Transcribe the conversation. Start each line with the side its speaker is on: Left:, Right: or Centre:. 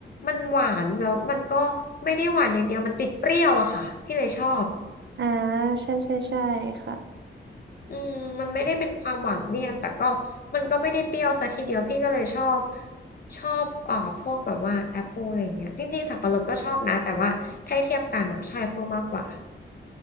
Left: มันหวานแล้วมันก็ไม่ได้หวานอย่างเดียวมันติดเปรี้ยวอะค่ะพี่เลยชอบ
Right: อ่าใช่ใช่ใช่ค่ะ
Left: อืมมันไม่ได้เป็นความหวานเลี่ยนแต่ก็มันก็ไม่ได้เปรี้ยวซะทีเดียวพี่ก็เลยชอบชอบอ่าพวกแบบว่าแอปเปิลอะไรอย่างเงี้ยจริงๆสับปะรดก็ชอบนะแต่ว่าถ้าเทียบกันอะใช่แอปเปิลมากกว่า